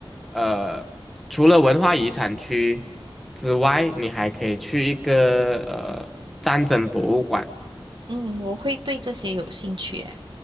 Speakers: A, in the centre; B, on the right.
A: 呃，除了文化遗产区之外，你还可以去一个呃战争博物馆。
B: 嗯，我会对这些有兴趣耶，